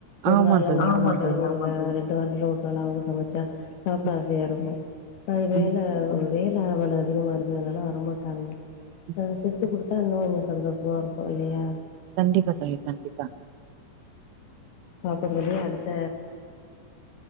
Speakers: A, on the left; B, on the right.
A: ஒரு
B: ஆமா
A: நாள் <inaudible>
B: தோழி ஆமா தோழி
A: ரெண்டு வாரத்துல ஒரு நாள் அவுங்க சமச்சா சாப்ட
B: ம்
A: ஆசையா இருக்கு அது வேல
B: ம்
A: வேல அவள அதிகமா இருக்குரதுனால வரமாட்டாங்க
B: ம்.
A: அ செஞ்சு குடுத் த்தா <unintelligible> கொஞ்சோ சந்தோஷமா இருக்கு இல்லயா
B: கண்டிப்பா தோழி கண்டிப்பா
A: பாப்போந் தோழி அடுத்த